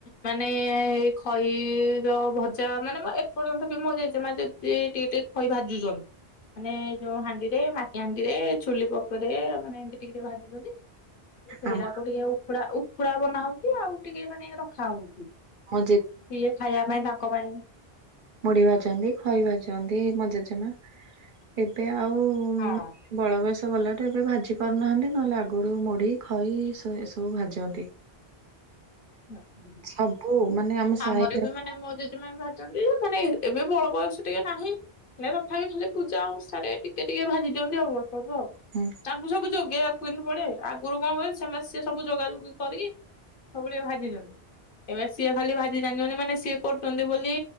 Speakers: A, on the left (about 60°); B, on the right (about 55°).
A: ମାନେ ଏଇ ଖଇର ଭଜା ମାନେ ଏ ପର୍ଯ୍ୟନ୍ତ ବି ମୋ ଜେଜେ ମା ଯଦି ଟିକେ ଟିକେ ଖଇ ଭାଜୁଛନ୍ତି। ମାନେ ଏଇ ଯୋଉଁ ହାଣ୍ଡିରେ ମାଟି ହାଣ୍ଡି ରେ ଛୁଲି ପକରେ ମାନେ ଏମିତି ଟିକେ ଟିକେ ଭାଜୁଛନ୍ତି। ସେଇଡାକୁ
B: ଆମ
A: ଟିକେ ଉକୁୁଡା ଉକୁୁଡା ବନା ହଉଛି ଆଉ ଟିକେ ମାନେ ରଖା ହଉଚ।
B: ମୋ
A: ସିଏ ଖାଇବା ପାଇଁ ତାଙ୍କ ପାଇଁ
B: ମୁଢ଼ି ଭାଜନ୍ତି ଖଇ ଭାଜନ୍ତି ମୋ ଜେ ଜେଜେ ମା ଏବେ ଆଉ
A: ହଁ।
B: ବଳବୟସ ଗଲାଟୁ ଏବେ ଭାଜି ପାରୁନାହାନ୍ତି ନହେଲେ ଆଗରୁ ମୁଢ଼ି ଖଇ ଏ ସବୁ ଭାଜନ୍ତି।
A: ହୁଁ ହହୁଁ
B: ସବୁ ମାନେ ଆମ
A: ଆମର
B: ସାହି ଯାକ
A: ବି ମାନେ ମୋ ଜେଜେ ମା ଭାଜନ୍ତି ଯେ ମାନେ ଏବେ ବଳ ବୟସ ଟିକେ ନାହିଁ ହେଲେ ତଥାପି ଖାଲି ପୂଜା ଅନୁସାରେ ଟିକେ ଟିକେ ଭାଜି ଦିଅନ୍ତି ଆଉ କଣ। କୁ ଆଉ
B: ହୁଁ
A: ତାଙ୍କୁ ସବୁ ଯୋଗେଇବାକୁ କହିଲୁ। ସବୁଆଡେ ଆଗରୁ କଣ କହିଲ ସେମାନେ ସ ସବୁ ଯୋଗାଯୋଗ କରିକି ସବୁ ଭାଜି ଦିଅନ୍ତି। ଏବେ ସିଏ ଖାଲି ଭାଜି ଜାଣିଛନ୍ତି ମାନେ ସିଏ କରୁଛନ୍ତି ବୋଲି